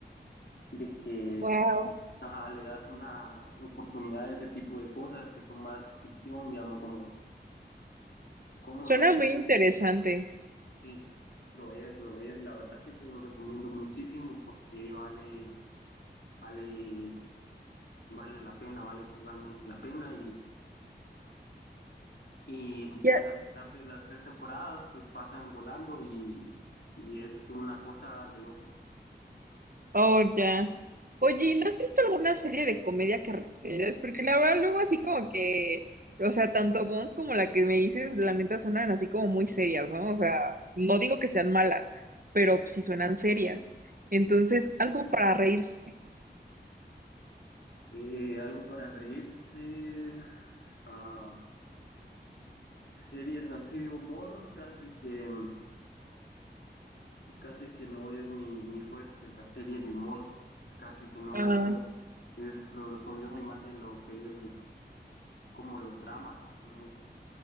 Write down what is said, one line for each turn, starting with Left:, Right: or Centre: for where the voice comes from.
Left: de que
Right: Wow.
Left: ajá, le das una oportunidad a ese tipo de cosas que son más ficción, digamos, como, como
Right: Suena
Left: lo
Right: muy interesante.
Left: Sí, lo es, lo es. La verdad que te lo recomiendo muchísimo porque vale, vale, vale la pena, vale totalmente la pena. Y, y pues
Right: Ya,
Left: a pesar de las tres temporadas, pues pasan volando y, y es una cosa de locos.
Right: Oh, ya. Oye, ¿y ¿no has visto alguna serie de comedia que recomiendas? Porque la verdad, luego así como que, o sea, tanto Bones como la que me dices, la neta suenan así como muy serias, ¿no? O sea, no digo que sean malas, pero sí suenan serias. Entonces, algo para reírse.
Left: Eh, algo para reírse. ah, series así de humor, casi que, casi que no es mi, mi fuerte. La serie de humor, casi que no
Right: Ah,
Left: la veo. Es, son, yo soy más de lo que es. como los dramas. ¿no?